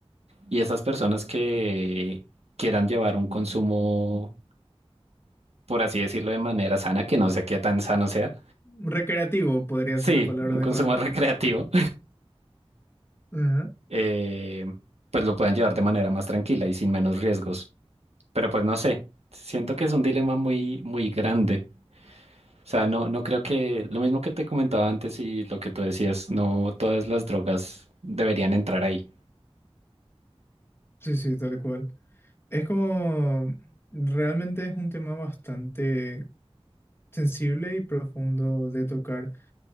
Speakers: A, on the right; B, on the left.
A: y esas personas que quieran llevar un consumo, por así decirlo, de manera sana, que no sé qué tan sano sea,
B: Recreativo podría
A: sí,
B: ser la palabra
A: un
B: adecuada.
A: consumo <laughs> recreativo,
B: Ajá,
A: eh, pues lo puedan llevar de manera más tranquila y sin menos riesgos. Pero pues no sé, siento que es un dilema muy, muy grande. O sea, no, no creo que lo mismo que te comentaba antes y lo que tú decías, no todas las drogas deberían entrar ahí.
B: Sí, sí, tal cual. Es como, realmente es un tema bastante sensible y profundo de tocar